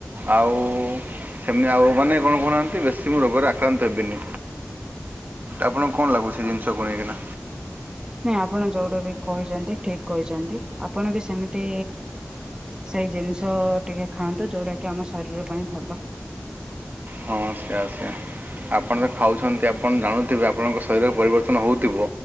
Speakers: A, on the right; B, on the right.
A: ଆଉ ସେମିତି ଆଉ ମାନେ କଣ କହୁନାହାନ୍ତି ବେଶୀ ମୁଁ ରୋଗରେ ଆକ୍ରାନ୍ତ ହେବିନି। ଆପଣଙ୍କୁ କଣ ଲାଗୁଛି? ଜିନିଷକୁ ନେଇକିନା।
B: ନାଇଁ ଆପଣ ଯୋଉଟା ବି କହିଚନ୍ତି ଠିକ୍ କହିଚନ୍ତି। ଆପଣ ବି ସେମିତି ସେଇ ଜିନିଷ ଟିକିଏ ଖାଆନ୍ତୁ। ଯୋଉଟା କି ଆମ ଶରୀର ପାଇଁ ଭଲ।
A: ହଁ ସେୟା ସେୟା। ଆପଣ ତ ଖାଉଛନ୍ତି। ଆପଣ ଜାଣୁଥିବେ ଆପଣଙ୍କ ଶରୀରରେ ପରିବର୍ତ୍ତନ ହୋଉଥିବ।